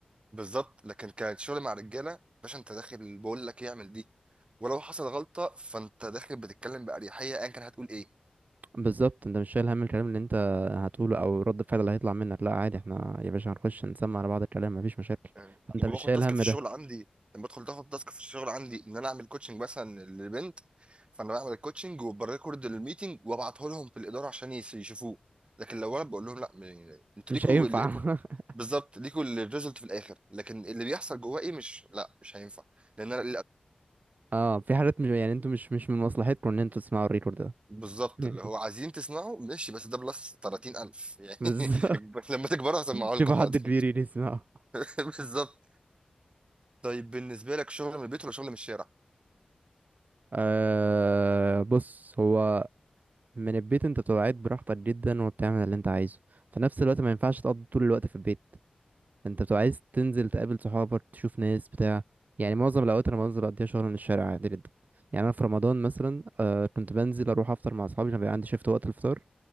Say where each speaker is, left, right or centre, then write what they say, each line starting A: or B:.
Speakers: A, on the right (about 35°); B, on the right (about 65°).
A: بالظبط لكن كان شغل مع رجاله باشا انت داخل بقول لك يعمل دي ولو حصل غلطه فانت داخل بتتكلم باريحيه ايا كان هتقول ايه
B: بالظبط انت مش شايل هم الكلام اللي انت هتقوله او رد الفعل اللي هيطلع منك لا عادي احنا يا باشا هنخش نسمع على بعض الكلام مفيش مشاكل
A: يعني
B: فانت
A: لما
B: مش
A: باخد
B: شايل
A: تاسك
B: هم
A: في الشغل
B: ده
A: عندي لما بدخل تاخد تاسك في الشغل عندي ان انا اعمل كوتشنج مثلا لبنت فانا بعمل الكوتشنج وبريكورد الميتنج وابعته لهم في الاداره عشان يس- يشوفوه لكن لو انا بقول لهم لا م- انتوا
B: مش
A: ليكوا
B: هينفع
A: الايفورت
B: <laughs>
A: بالظبط ليكوا الريزلت في الاخر لكن اللي بيحصل جواه ايه مش لا مش هينفع لان انا
B: اه في حاجات مش يعني انتوا مش مش من مصلحتكم ان انتوا تسمعوا الريكورد ده
A: بالظبط
B: يعني
A: اللي هو عايزين تسمعه ماشي بس ده بلس 30000 يعني
B: <laughs> بس
A: <laughs> لما تكبروا هسمعه
B: شوفوا
A: لكم حاضر
B: حد كبير يجي يسمعه
A: <laughs> بالظبط طيب بالنسبة لك شغل من البيت ولا شغل من الشارع؟
B: آه بص هو من البيت انت بتبقى قاعد براحتك جدا وبتعمل اللي انت عايزه في نفس الوقت ما ينفعش تقضي طول الوقت في البيت انت بتبقى عايز تنزل تقابل صحابك تشوف ناس بتاع يعني معظم الاوقات انا بنزل اقضيها شغل من الشارع عادي جدا يعني انا في رمضان مثلا آه كنت بنزل اروح افطر مع اصحابي لما بيبقى عندي شيفت وقت الفطار